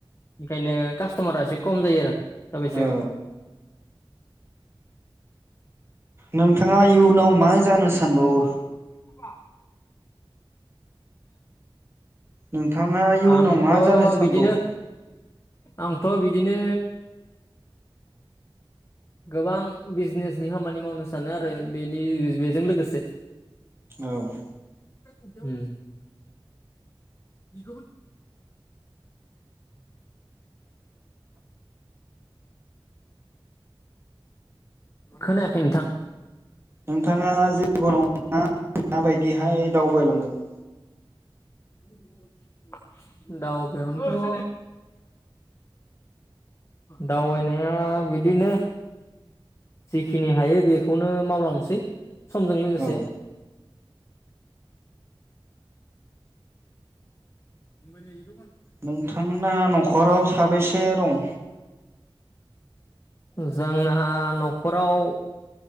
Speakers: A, on the left; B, on the right.
A: ओंखायनो कास्टमारा एसे खम जायो आरो दाबायसायाव।
B: औ नोंथाङा इयुनाव मा जानो सानबावो?
A: <unintelligible>
B: नोंथाङा इयुनाव
A: आंथ'
B: मा जानो सानबावो?
A: बिदिनो आंथ' बिदिनो गोबां बिजनेजनि खामानि मावनो सानो आरो बेनि बेजों लोगोसे।
B: औ
A: <unintelligible> उम <inaudible> खोनायाखै नोंथां
B: नोंथाङा जिबनाव <unintelligible> माबायदिहाय दावबायलांगोन?
A: <unintelligible> दावबायनो ओ दावबायनाया बिदिनो जिखिनि हायो बेखौनो मावलांसै समजों लोगोसे
B: औ
A: <inaudible>
B: नोंथांना नखराव साबेसे दं?
A: जोंना नखराव